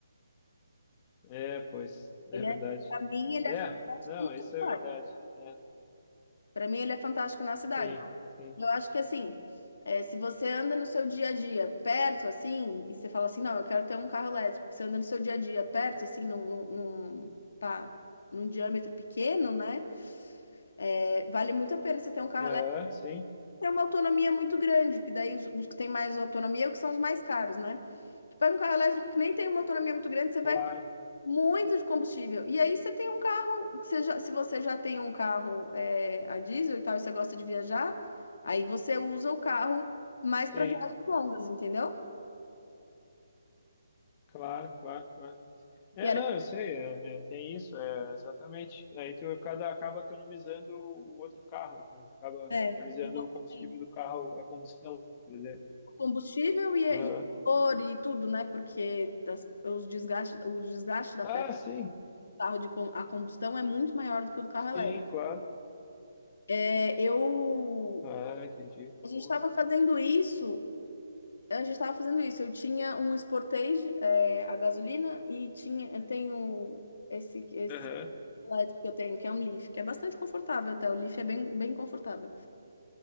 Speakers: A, on the left; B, on the left.
A: É, pois,
B: Ele
A: é verdade.
B: é, para mim, ele
A: É,
B: é fantástico
A: não,
B: na
A: isso
B: cidade.
A: é verdade. É,
B: Para mim, ele é fantástico na cidade.
A: sim, sim.
B: Eu acho que assim, é, se você anda no seu dia a dia perto, assim, e você fala assim, não, eu quero ter um carro elétrico, você anda no seu dia a dia perto, assim, num, num, num, pá, num diâmetro pequeno, né? É, vale muito a pena você ter um carro
A: Aham,
B: elétrico,
A: sim,
B: tem uma autonomia muito grande, porque daí os, os que têm mais autonomia é o que são os mais caros, né? Tu pega um carro elétrico que nem tem uma autonomia muito grande, você
A: claro,
B: vai muito de combustível. E aí você tem um carro, que você já- se você já tem um carro é, a diesel e tal, e você gosta de viajar, aí você usa o carro mais para
A: sim,
B: viagens longas, entendeu?
A: claro, claro, claro. É,
B: Que era,
A: não, eu sei, é, é, tem isso, é, exatamente. Aí tu cada acaba economizando o outro carro, né? Acaba
B: é,
A: economizando
B: exatamente.
A: o combustível do carro, a combustão, por exemplo.
B: O combustível e,
A: Aham.
B: e o motor e tudo, né? Porque das- os desgaste, o desgaste da
A: Ah,
B: peça
A: sim,
B: do carro de com- a combustão é muito maior do que o do carro
A: sim,
B: elétrico.
A: claro.
B: É, eu,
A: Ah, entendi.
B: a gente
A: Boa.
B: estava fazendo isso A gente estava fazendo isso. Eu tinha um Sportage, é, a gasolina, e tinha, eu tenho esse, esse
A: Aham,
B: que eu tenho, que é um Leaf, que é bastante confortável até. O Leaf é bem, bem confortável.